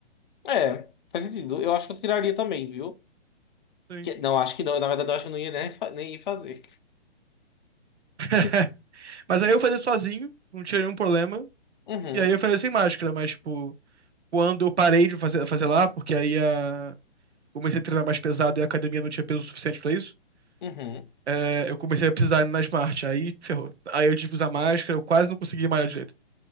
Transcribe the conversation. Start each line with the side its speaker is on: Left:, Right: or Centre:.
Left: É, faz sentido. Eu acho que eu tiraria também, viu?
Right: Sim.
Left: Que- não, acho que não. Na verdade, eu acho que eu não ia nem, fa- nem ir fazer.
Right: <laughs>
Left: <laughs>
Right: Mas aí eu fazia sozinho, não tinha nenhum problema.
Left: Uhum,
Right: E aí eu fazia sem máscara, mas, tipo, quando eu parei de fazer, fazer lá, porque aí a... comecei a treinar mais pesado e a academia não tinha peso suficiente pra isso,
Left: uhum.
Right: é, eu comecei a precisar ir na Smart, aí ferrou. Aí eu tive que usar máscara, eu quase não consegui malhar direito.